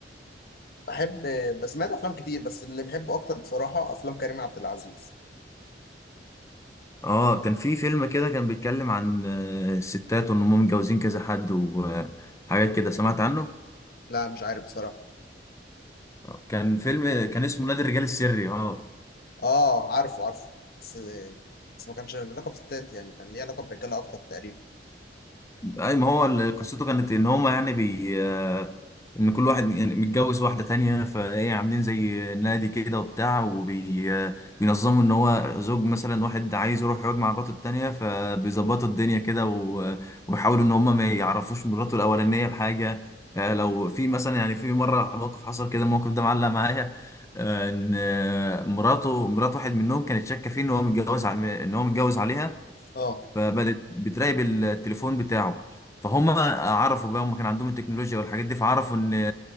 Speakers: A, on the left (about 55°); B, on the left (about 15°).
A: بحب بس سمعت افلام كتير بس اللي بحبه اكتر بصراحه افلام كريم عبد العزيز
B: اه كان في فيلم كده كان بيتكلم عن آه، الستات وان هم متجوزين كذا حد وحاجات كده سمعت عنه
A: لا مش عارف بصراحه
B: آه، كان فيلم كان اسمه نادي الرجال السري اه
A: اه عارفه عارفه بس بس ما كانش لقب ستات يعني كان ليه علاقه برجاله اكتر تقريبا
B: اي ما هو ال- قصته كانت ان هما يعني بي آه، ان كل واحد يعني متجوز واحده تانية فايه عاملين زي نادي كده وبتاع وبينظموا ان هو زوج مثلا واحد عايز يروح يقعد مع مراته التانية فبيظبطوا الدنيا كده و- وبيحاولوا ان هما ما يعرفوش مراته الاولانيه بحاجه آه، لو في مثلا يعني في مره موقف حصل كده الموقف ده معلق معايا آه، ان آه، مراته مرات واحد منهم كانت شاكه فيه ان هو متجوز ع- ان هو متجوز عليها
A: اه
B: فبدت بتراقب التليفون بتاعه فهم عرفوا بقى هم كان عندهم التكنولوجيا والحاجات دي فعرفوا ان